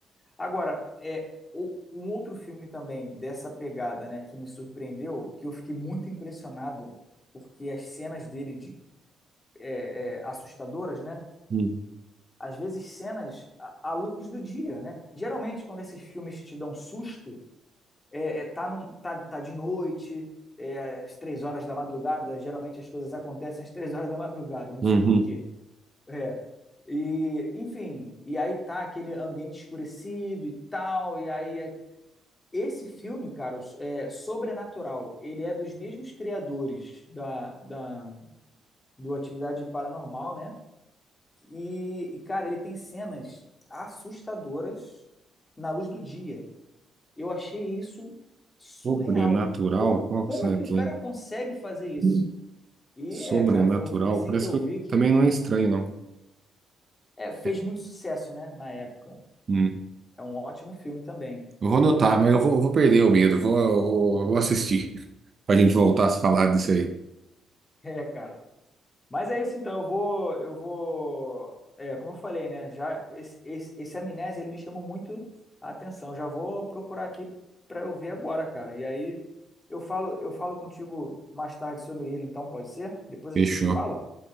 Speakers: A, on the left; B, on the right.
A: Agora, é, o- um outro filme também dessa pegada, né, que me surpreendeu, que eu fiquei muito impressionado, porque as cenas dele de, é, assustadoras, né?
B: Hum,
A: Às vezes cenas à à luz do dia, né? Geralmente, quando esses filmes te dão susto é, é, tá, num- tá, tá de noite, é, às três horas da madrugada, geralmente as coisas acontecem às três horas da madrugada, não
B: Uhum.
A: sei por quê. É. E, enfim, e aí tá aquele ambiente escurecido e tal, e aí é- esse filme, cara, os- é Sobrenatural, ele é dos mesmos criadores da, da, do Atividade Paranormal, né? E, e, cara, ele tem cenas assustadoras na luz do dia. Eu achei isso surreal.
B: Sobrenatural?
A: Como,
B: Qual
A: como
B: que será
A: que
B: que
A: o cara
B: é?
A: consegue fazer isso?
B: Hum.
A: E
B: Sobrenatural?
A: é, cara, foi um filme assim
B: Parece
A: que eu
B: que
A: vi
B: eu-
A: que
B: também não é estranho, não.
A: é, fez
B: É,
A: muito sucesso, né, na época.
B: Hum.
A: É um ótimo filme também. <laughs>
B: Eu vou anotar, mas eu vou, eu vou perder o medo. Eu Vou, eu vou, eu vou assistir <laughs> pra gente voltar a se falar disso aí.
A: É, cara. Mas é isso então, eu vou, eu vou, é, como eu falei, né, já esse, esse, esse Amnésia, ele me chamou muito a atenção. Já vou procurar aqui pra eu ver agora, cara. E aí eu falo, eu falo contigo mais tarde sobre ele, então pode ser? Depois
B: Fechou.
A: a gente se fala?